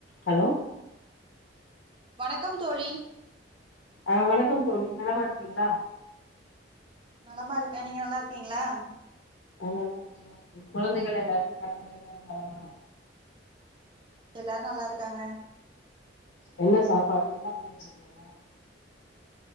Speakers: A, on the left; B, on the right.
A: hello
B: வணக்கம் தோழி
A: ஆஹ் வணக்கம் தோழி நலமா இருக்கீங்களா
B: நலமா இருக்கே நீங்க நல்லா இருக்கீங்களா
A: ஆ நல்லா இருக்கே குழந்தைகள் எல்லாரு கணவரு எல்லாரு நலமா
B: எல்லாரு நல்லா இருக்காங்க
A: என்ன சாப்பாடு என்ன பண்ணிவச்சிருக்கீங்க